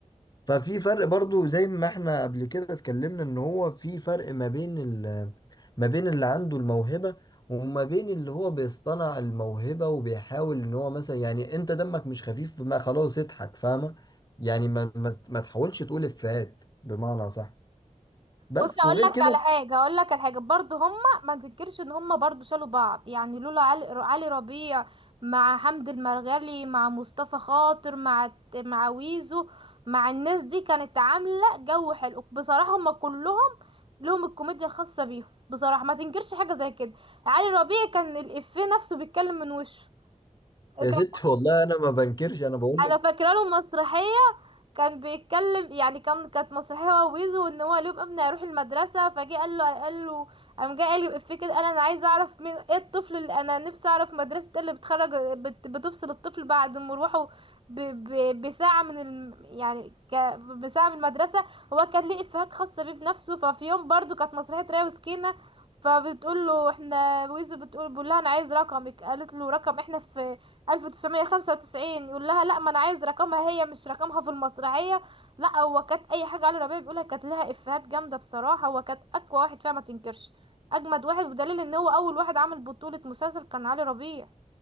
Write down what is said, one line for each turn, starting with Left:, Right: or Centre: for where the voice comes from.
Left: ففي فرق برضو زي ما احنا قبل كده اتكلمنا ان هو في فرق ما بين ال ما بين اللي عنده الموهبة وما بين اللي هو بيصطنع الموهبة وبيحاول ان هو مثلا يعني انت دمك مش خفيف ما خلاص اضحك فاهمة يعني ما ما, ما تحاولش تقول افيهات بمعنى صح بس
Right: بص اقول
Left: وغير
Right: لك
Left: كده
Right: على حاجه اقول لك على حاجه برضو هما ما تنكرش ان هما برضو شالوا بعض يعني لولا علي, علي ربيع مع حمد المرغلي مع مصطفى خاطر مع الت- مع ويزو مع الناس دي كانت عامله جو حلو بصراحه هما كلهم لهم الكوميديا الخاصه بيهم بصراحه ما تنكرش حاجه زي كده علي ربيع كان الافيه نفسه بيتكلم من وشه كان
Left: يا ست والله انا ما بنكرش انا بقول لك
Right: انا فاكره له مسرحيه كان بيتكلم يعني كان كانت مسرحيه هو ويزو ان هو اليوم ابني هيروح المدرسه فجه قال له قال له قام جه قال لي الإفيه كده قال انا عايز اعرف مين ايه الطفل اللي انا نفسي اعرف مدرسه إيه اللي بتخرج بت بتفصل الطفل بعد مروحه ب ب بساعه من الم يعني ك بساعه من المدرسه هو كان ليه افيهات خاصه بيه بنفسه ففي يوم برضو كانت مسرحيه ريا وسكينه فبتقول له احنا ويزو بتقول بقول لها انا عايز رقمك قالت له رقم احنا في 1995 يقول لها لا ما انا عايز رقمها هي مش رقمها في المسرحية لا هو كانت اي حاجة علي ربيع بيقولها كانت لها افيهات جامدة بصراحة هو كانت اقوى واحد فيها ما تنكرش اجمد واحد بدليل ان هو اول واحد عمل بطولة مسلسل كان علي ربيع